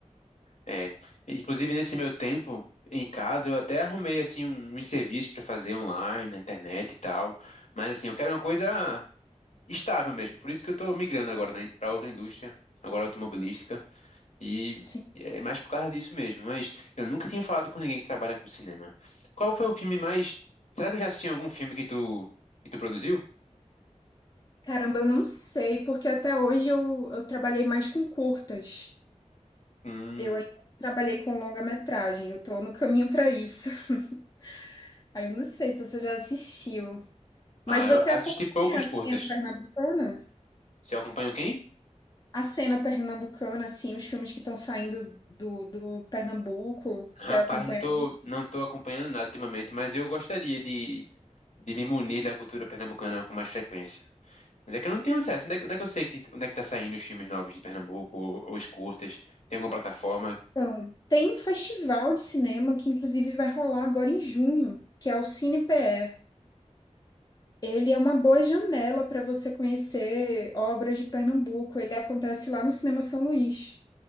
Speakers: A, on the left; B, on the left.
A: É, inclusive nesse meu tempo em casa, eu até arrumei assim um, um serviço para fazer online, na internet e tal. Mas assim, eu quero uma coisa estável mesmo. Por isso que eu tô migrando agora para outra indústria, agora automobilística, e
B: Sim.
A: é mais por causa disso mesmo. Mas eu nunca tinha falado com ninguém que trabalha com cinema. Qual foi o filme mais. Será que eu já assisti algum filme que tu, que tu produziu?
B: Caramba, eu não sei, porque até hoje eu, eu trabalhei mais com curtas.
A: Hum.
B: Eu ainda não trabalhei com longa-metragem, eu tô no caminho para isso. <laughs> Aí eu não sei se você já assistiu. Mas
A: Ah,
B: você
A: eu assisti
B: acompanha
A: poucos
B: a cena
A: curtas.
B: pernambucana?
A: Você acompanha quem?
B: A cena pernambucana, assim, os filmes que estão saindo do, do Pernambuco, você
A: Rapaz,
B: acompanha?
A: não tô, não tô acompanhando nada ultimamente, mas eu gostaria de, de me munir da cultura pernambucana com mais frequência. Mas é que eu não tenho acesso. Onde é, que onde é que eu sei que, onde é que tá saindo os filmes novos de Pernambuco, ou, ou os curtas? Tem alguma plataforma?
B: Então, tem um festival de cinema que inclusive vai rolar agora em junho, que é o Cine PE. Ele é uma boa janela para você conhecer obras de Pernambuco. Ele acontece lá no Cinema São Luís,